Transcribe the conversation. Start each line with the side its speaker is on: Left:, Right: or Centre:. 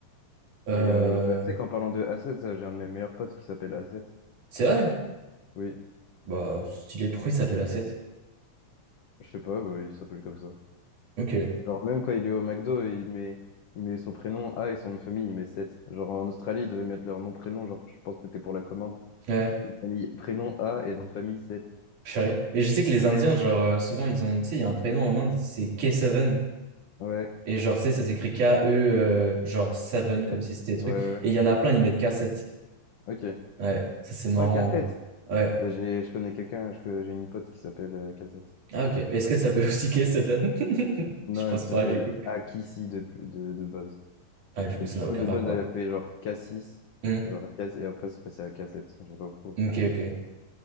Right: Euh,
Left: Mais euh, bah, tu sais qu'en parlant de Asset, ça, j'ai un de mes meilleurs potes qui s'appelle Asset.
Right: C'est vrai?
Left: Oui.
Right: Bah, stylé. Pourquoi il s'appelle A7?
Left: Je sais pas, bah, il s'appelle comme ça.
Right: Ok.
Left: Genre, même quand il est au McDo, il met, il met son prénom A et son nom de famille, il met 7. Genre, en Australie, ils devaient mettre leur nom, prénom. Genre, je pense que c'était pour la commande.
Right: Ouais,
Left: Ils ont mis prénom A et nom de famille 7.
Right: je savais. Et je sais que les
Left: Mais
Right: Indiens,
Left: c'est-
Right: genre, euh, souvent, ils ont. Tu sais, il y a un prénom en Inde, c'est K7.
Left: Ouais.
Right: Et genre, tu sais, ça s'écrit K-E, euh, genre 7, comme
Left: euh,
Right: si c'était truc.
Left: Ouais, ouais.
Right: Et il y en a plein, ils mettent K7.
Left: Ok.
Right: Ouais, ça c'est marrant
Left: Oh, Cassette.
Right: en vrai. Ouais.
Left: Bah, j'ai, je connais quelqu'un, je, co- j'ai une pote qui s'appelle euh, Cassette.
Right: Ah, ok. Est-ce qu'elle s'appelle aussi K7? <laughs>
Left: Non,
Right: Je pense
Left: elle
Right: pas,
Left: s'appelle
Right: du coup.
Left: Akissi de, plus- de, de base.
Right: Ah, du coup,
Left: Et du
Right: ça n'a
Left: coup,
Right: aucun
Left: de
Right: rapport.
Left: base, elle a fait genre Cassis.
Right: Hmm.
Left: Genre, Cass, et après, c'est passé à Cassette. Je sais pas pourquoi.
Right: Ok, ok.